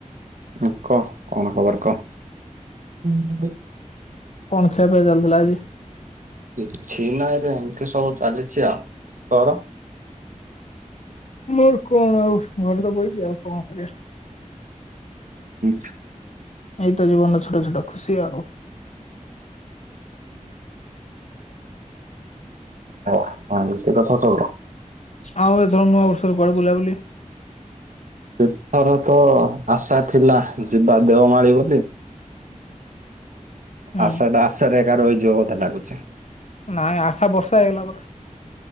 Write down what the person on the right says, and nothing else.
ହୁଁ କହ କଣ ଖବର କହ।
କିଛି ନାଇରେ ଏମିତି ସବୁ ଚାଲିଚି ଆଉ ତର?
<unintelligible>
<unintelligible>
ଏଥର ତ ଆଶା ଥିଲା ଯିବା ଦେଓମାଳି ବୋଲି
ଆଶାଟା ଆଶାରେ ଏକା ରହିଯିବ ବୋଧେ ଲାଗୁଛି।